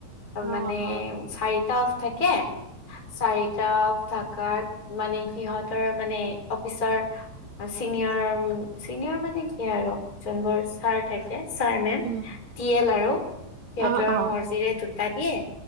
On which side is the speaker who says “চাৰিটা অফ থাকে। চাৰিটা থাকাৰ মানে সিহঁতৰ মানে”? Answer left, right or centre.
Left